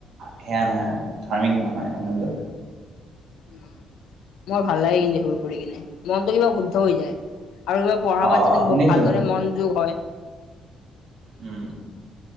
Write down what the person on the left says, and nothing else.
উম। মোৰ ভাল লাগে কিন্তু সেইবোৰ কৰি কিনে, মনতটো কিবা শুদ্ধ হৈ যায়। আৰু পঢ়া
পাত যিটো
ভালদৰে মন যোগ হয়।